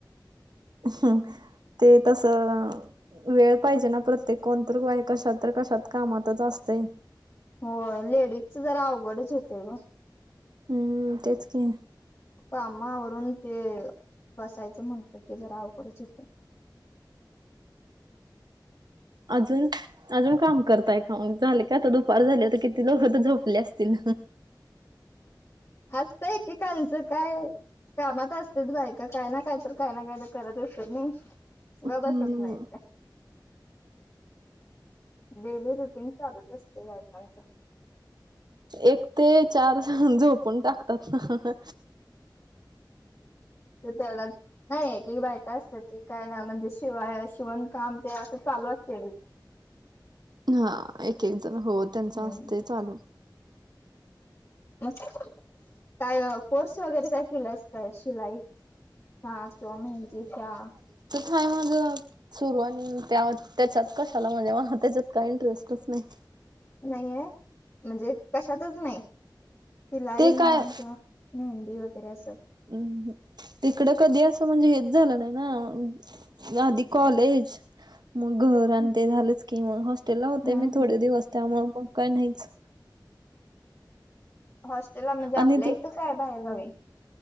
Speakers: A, on the right; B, on the left.
A: हम् ते तसं वेळ पाहिजे ना प्रत्येक कोणत कशात तर कशात कामातच असतं.
B: हो लेडीजचं जरा अवघडच होतय ग.
A: हम्म तेच की.
B: काम आवरून ते बसायचं म्हटलं की जरा अवघडच होतंय.
A: अजून अजून काम करताय का? झाले का आता दुपार झाली. किती लोक झोपले असतील.
B: असतं एकेकांचं काय? कामात असतेच बाई का काय ना काय तर काय ना काय तर करत असत नई. गप
A: हम्म
B: बसत नाही. डेली रुटीन चालूच असते बायकांच.
A: एक ते चार झोपून टाकतात ना.
B: <unintelligible> नाही बायका असत त काय नाही म्हणजे शिवाय शिवण काम ते असं चालू असते.
A: हा एक एक जण हो त्यांच
B: हम्म
A: असत चालू.
B: म काय कोर्स वगैरे काय केलं अस काय शिलाई? हा किंवा मेंदीचा?
A: हय माझं सुरू आणि त्या त्याच्यात कशाला म्हणजे त्याच्यात काही इंटरेस्टच नाही.
B: नाही ओ म्हणजे कशातच नाही. शिलाई
A: ते
B: म्हण
A: काय
B: किंवा मेहंदी वगैरे अस.
A: हम् तिकडं कधी असं म्हणजे हेच झालं नाही ना. या आधी कॉलेज मग घर आण
B: हम्म
A: ते झालेच की हॉस्टेलला होते
B: हम्म
A: मी थोडे दिवस त्यामुळ मग काय नाहीच.
B: हॉस्टेलला म्हणजे आपल्या
A: आणि ते
B: इथं काय बाहेरगावी